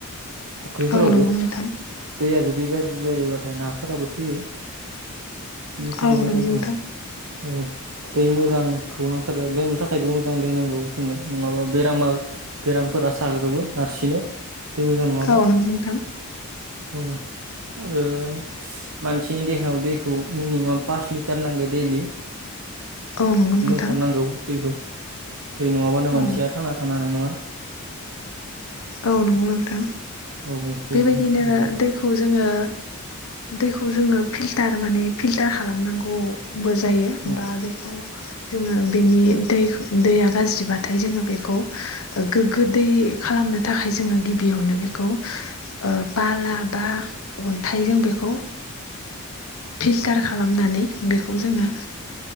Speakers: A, on the right; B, on the left.
A: फुख्रिफोरावबो
B: औ नंगौ नोंथां
A: दैया जुदि गाज्रि जायोबाथाय नाफोराबो थैयो बेनिखायनो
B: औ नंगौ नोंथां
A: औ दै मोजांखौ नांगौ आरो लोंनो थाखायबो मोजां दै नांगौ जोंनो नङाबा बेरामा बेरामफोरा साग्लोबो नारसिनो दै मोजां नङाबा
B: औ नंगौ नोंथां
A: औ आरो मानसिनि देहायाव दैखौ मिनिमाम पास लिटार नांगो दैलि
B: औ नंग नोंथां
A: थारनांगौ दैखौ दै नङाबानो
B: औ
A: मोनसेया
B: नंगौ नोंथां औ
A: थांना थानो हानाय नङा
B: औ नंगौ नोंथां
A: औ बेनो
B: बेबायदिनो
A: आरो
B: दैखौ जोङो दैखौ जोङो फिलटार माने फिल्टार खालामनांगौ बो जायो
A: औ
B: बा बेखौ जोङो बेनि दैखौ दैया गाज्रिबाथाय जोङो बेखौ गोग्गो दै खालामनो थाखाय जोङो गिबियावनो बेखौ बाला बा अन्थाइजों बेखौ फिल्टार खालामनानै बेखौ जोङो